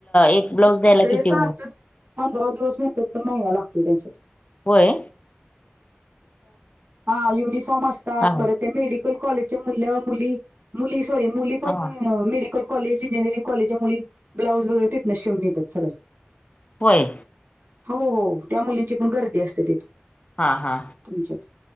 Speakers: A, on the left (about 35°); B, on the right (about 55°).
A: एक ब्लाऊज द्यायला
B: ते
A: किती?
B: सांगतात पंधरा दिवस म्हणत्यात पण महिना लागतोय त्यांच्यात.
A: होय?
B: हा युनिफॉर्म असतात.
A: हा
B: परत त्या मेडिकल कॉलेजच्या मुल मुली मुली सॉरी मुली पण
A: हा
B: मेडीकल कॉलेज इंजिअरिंग कॉलेजच्या मुली ब्लाउज तिथनच शिवून न्हेत्यात सगळे.
A: होय.
B: हो हो त्या मुलींची पण गर्दी असते तिथं.
A: हा हा.
B: तुमच्यात,